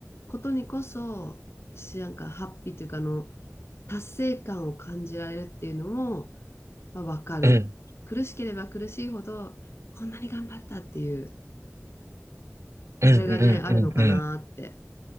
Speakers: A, on the left (about 55°); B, on the right (about 70°).
A: ことにこそ、し、なんかハッピーというかあの、達成感を感じられるっていうのも、まあ、わかる。
B: うん、
A: 苦しければ苦しいほど、こんなに頑張ったっていう、それがね、
B: うん、うん、
A: あるのかなって
B: うん、う